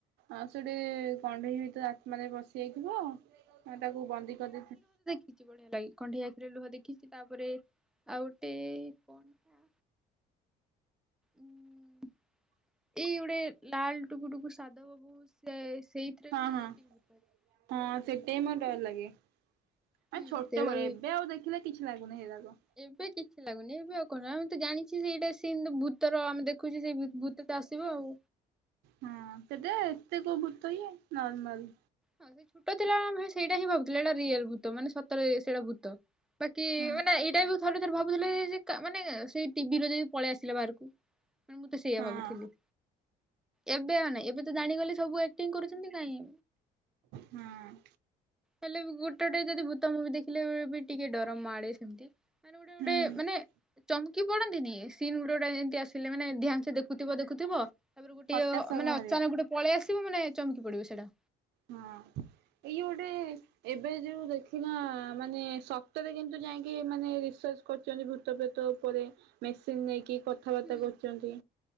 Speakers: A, on the right; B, in the centre.
A: ଆଉ ସେଗୋଟେ କଣ୍ଢେଇ ଭିତରେ ଆତ୍ମାରେ ବସିଯାଇଥିବ ଆଉ ତାକୁ ବନ୍ଦୀ କରିଦେଇଥି
B: କିଛି ବଳିିଆ ଲାଗେ କଣ୍ଢେଇ ଆଖିରେ ଲୁହ ଦେଖିଛି ତାପରେ ଆଉ ଗୋଟେ କଣଟା ଉ ଏଇ ଗୋଟେ ଲାଲ ଟୁକୁ ଟୁକୁ ସାଧବ ବୋହୂ ସେ ସେଇ ଥୀରେ
A: ହଁ
B: ବି
A: ହଁ
B: ଟିକେ ଭୂତ ଅଛି।
A: ହଁ ସେଟା ବି ମୋର ଡର ଲାଗେ, ଆ
B: ହୁଁ
A: ଛୋଟ
B: ସେଇଟା
A: ବଳେ
B: ବି
A: ଏବେ ଆଉ ଦେଖିଲେ କିଛି ଲାଗୁନି ସେଗୁରାକ।
B: ଏବେ କିଛି ଲାଗୁନି ଏବେ ଆଉ କଣ ଆମେ ତ ଜାଣିଛି ସେଇଟା ସେ ଭୂତର ଆମେ ଦେଖ ଦେଖୁଛୁ ସେଇ ବୁ-ଭୂତ ତ ଆସିବ ଆଉ।
A: ହଁ ସେଟା ଏତେ କୋଉ ଭୂତ ଇଏ ନର୍ମାଲ।
B: ହଁ ସେ ଛୋଟ ଥିଲାବେଳେ ଆମେ ସେଇଟା ହିଁ ଭାବୁଥିଲେ ଏଇଟା ରିଅଲ ଭୂତ ମାନେ ସତରେ ସେଇଟା ଭୂତ। ବାକି
A: ହଁ
B: ମାନେ ଏଇଟା ବି ଥରେ ଥରେ ଭାବୁଥିଲେ ଯେ କା ମାନେ ସେ ଟିଭି ରୁ ଯଦି ପଳେଇ ଆସିଲା ବାହାରକୁ? ମୁଁତ ସେଇଆ
A: ହଁ
B: ଭାବୁଥିଲି। ଏବେ ଆଉ ନାଇ ଏବେ ତ ଜାଣିଗଲେ ସବୁ ଆକ୍ଟିଂ କରୁଛନ୍ତି କାଇଁ
A: ହଁ।
B: ହେଲେ ଗୋଟେ ଗୋଟେ ଯଦି ଭୂତ ମୁଭି ଦେଖିଲେ ବି ଟିକେ ଡର ମାଡ଼େ। ସେମତି ମାନେ ଗୋଟେ
A: ହୁଁ
B: ଗୋଟେ ମାନେ ଚମକି ପଡନ୍ତିନି ସିନ୍ ଗୋଟେ ଗୋଟେ ଯେମତି ଆସିଲେ ମାନେ ଦେହ ହା ସେ ଦେଖୁଥିବ ଦେଖୁଥିବ ତାପରେ ଗୋଟେ
A: ହତାଶ
B: ମାନେ
A: ବାହାରେ
B: ଅଚାନକ ଗୋଟେ ପଳେଇ ଆସିବ ମାନେ ଚମକି ପଡିବ ସେଇଟା।
A: ହଁ ଏଇ ଯୋଉ ଗୋଟେ ଏବେ ଯୋଉ ଦେଖିନ ମାନେ ସତରେ କିନ୍ତୁ ଯାଇକି ମାନେ ରିସର୍ଚ୍ଚ କରୁଛନ୍ତି ଭୂତପ୍ରେତ ଉପରେ ମେସିନ୍ ନେଇକି କଥାବାର୍ତ୍ତା
B: ହୁଁ
A: କରୁଛନ୍ତି।